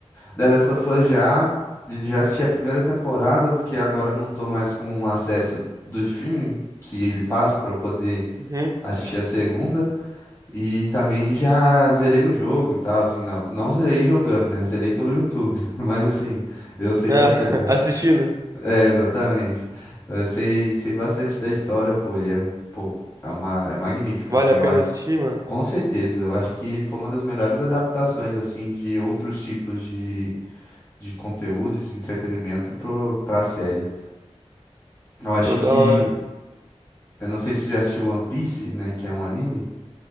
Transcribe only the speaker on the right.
Uhum.
Ah,
<laughs> assistindo.
Vale
a pena
assistir, mano?
Pô,
da hora.